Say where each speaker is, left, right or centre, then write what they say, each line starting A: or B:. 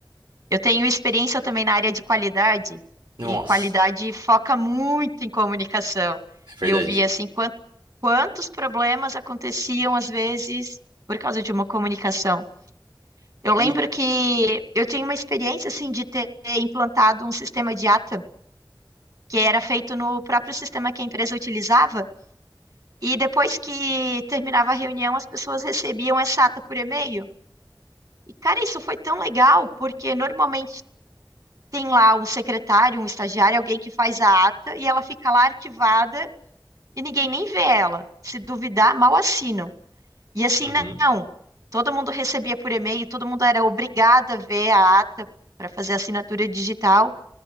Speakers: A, on the right; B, on the right.
A: Eu tenho experiência também na área de qualidade,
B: Nossa,
A: e qualidade foca muito em comunicação.
B: é verdade.
A: E eu vi, assim, quan- quantos problemas aconteciam, às vezes, por causa de uma comunicação. Eu lembro
B: E
A: que eu tinha uma experiência, assim, de ter implantado um sistema de ATA, que era feito no próprio sistema que a empresa utilizava. E depois que terminava a reunião, as pessoas recebiam essa ata por e-mail. E, cara, isso foi tão legal, porque normalmente tem lá um secretário, um estagiário, alguém que faz a ata e ela fica lá arquivada e ninguém nem vê ela. Se duvidar, mal assinam. E assim,
B: Uhum.
A: não. Todo mundo recebia por e-mail, todo mundo era obrigado a ver a ata para fazer a assinatura digital.